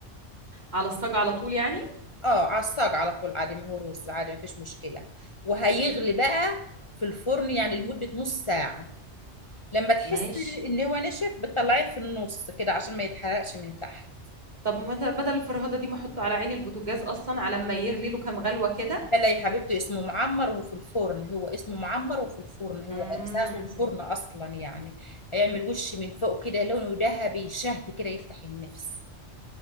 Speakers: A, on the right; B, on the left.
A: على الصاج على طول يعني
B: اه على الصاج على طول عادي ما هو رز عادي ما فيش مشكلة وهيغلي بقى في الفرن يعني لمدة نص ساعة لما تحس
A: ماشي
B: ان هو نشف بتطلعيه في النص كده عشان ما يتحرقش من تحت
A: طب ما ده- بدل الفرهدة دي ما احطه على عين البوتاجاز اصلا على ما يغلي له كام غلوة كده
B: لا يا حبيبتي اسمه معمر وفي الفرن هو اسمه معمر وفي الفرن هو
A: مم.
B: اساسه الفرن اصلا يعني هيعمل وش من فوق كده لونه ذهبي شهي كده يفتح النفس